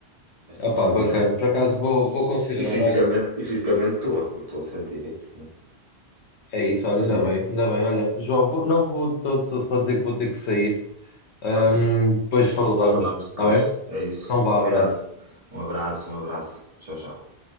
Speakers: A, on the right; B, on the left.
A: És
B: Opa,
A: tipo fogueado.
B: bacana. Por acaso vou, vou considerar,
A: E fisicamente,
B: olha,
A: e fisicamente estou a, estou a sentir isso, né?
B: é isso, olha,
A: Mas
B: ainda
A: dizes,
B: bem, ainda bem, olha, João, vou, não vou, estou só a dizer que vou ter que sair. Ahm,
A: está bem,
B: depois falamos,
A: falamos depois,
B: está bem?
A: é isso,
B: Então vá,
A: combinado.
B: abraço.
A: Um abraço, um abraço, tchau, tchau.